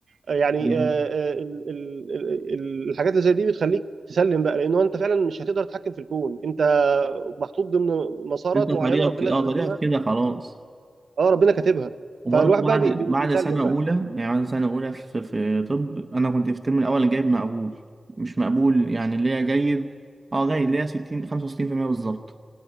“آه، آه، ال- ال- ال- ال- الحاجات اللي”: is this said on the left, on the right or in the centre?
Right